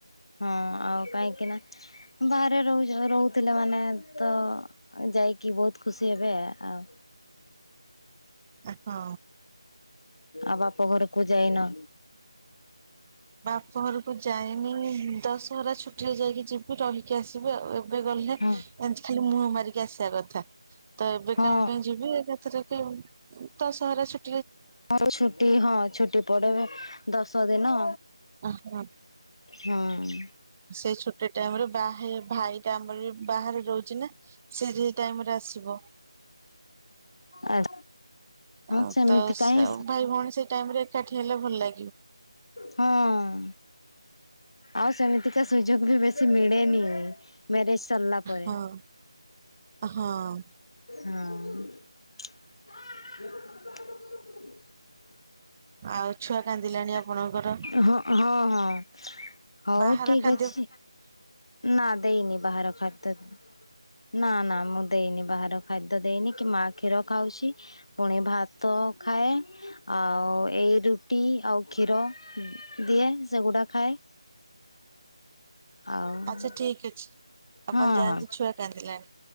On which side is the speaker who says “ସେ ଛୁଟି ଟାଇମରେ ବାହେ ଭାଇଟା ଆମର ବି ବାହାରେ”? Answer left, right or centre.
Right